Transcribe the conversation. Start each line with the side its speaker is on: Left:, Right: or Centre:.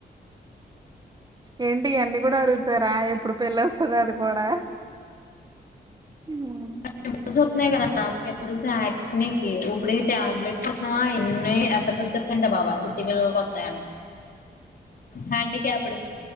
Right: ఏంటి ఇయన్నీ కూడా అడుగుతారా ఎప్పుడు పెళ్ళౌతదో అది కూడా ఉ
Left: పింపుల్స్ వస్తున్నాయి గదా అప్పుడప్పుడు సాట్నీకి ఉప్పుడీ టాబ్లెట్స్ అంట్నవా ఎన్ని ప్పచ్చ చ్చెక్కంట బావా కుట్టి పిలల్ కొత్తయన్
Right: <inaudible>
Left: హ్యాండీక్యాప్డ్